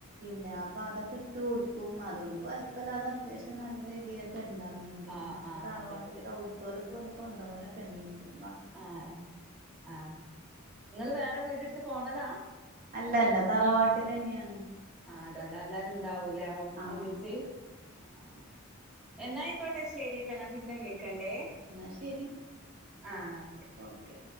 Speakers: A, on the right; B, in the centre.
A: ഇല്ല അപ്പൊ അതൊക്കെ ഇട്ട് കൊടുക്കും അതുകൊണ്ട് കുഴപ്പല്ലാതെ അത്യാവശ്യം നല്ല രീതിയി ഒക്കെ ഉണ്ടാവുന്നുണ്ട്
B: ആ
A: പിന്ന
B: ആ
A: തറവാട്ട്ക്ക്‌
B: അതെ അതെ
A: അവിടുത്തോലൊക്കെ വന്ന് കൊണ്ടോവലൊക്കെ ഉണ്ട് ഇന്റെ
B: ആഹ് ആഹ് നിങ്ങള് വേറെ വീടെടുത്ത് പോന്നതാ
A: അല്ലല്ല തറവാട്ടിലെന്നെയാണ്
B: ആഹ് അതാണ് എല്ലാരും ഇണ്ടാവൂലേ
A: ആഹ്
B: ഒന്നിച്ച് ആഹ് എന്നായിക്കോട്ടെ ശരിട്ടാ ഞാൻ പിന്നെ വിളിക്കണ്ടേ
A: ന്നാ ശരി
B: ആന്നാ ഓക്കെ
A: ഓക്കെ.